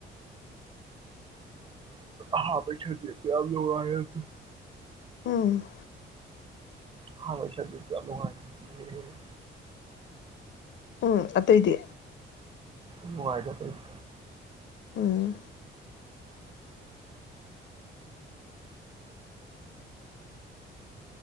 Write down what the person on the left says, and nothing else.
ꯎꯝ
ꯎꯝ ꯑꯇꯩꯗꯤ
ꯎꯝ